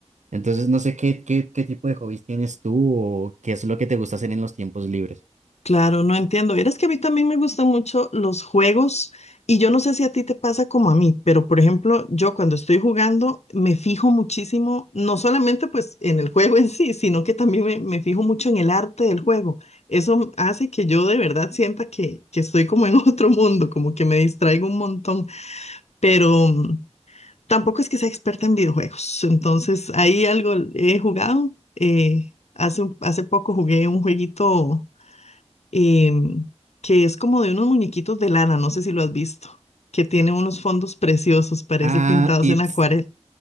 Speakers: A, on the right; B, on the left.
A: Entonces, no sé qué, qué, qué tipo de hobbies tienes tú o qué es lo que te gusta hacer en los tiempos libres.
B: claro, no entiendo. Verás que a mí también me gustan mucho los juegos y yo no sé si a ti te pasa como a mí, pero por ejemplo, yo cuando estoy jugando me fijo muchísimo, no solamente pues en el juego en sí, sino que también me, me fijo mucho en el arte del juego. Eso hace que yo de verdad sienta que, que estoy como en <laughs> otro mundo, como que me distraigo un montón, pero... mm, Tampoco es que sea experta en videojuegos, entonces ahí algo he jugado. eh, hace, un- hace poco jugué un jueguito em, que es como de unos muñequitos de lana, no sé si lo has visto, que tiene unos fondos preciosos, parece
A: Ah,
B: pintados
A: It's,
B: en acuarela.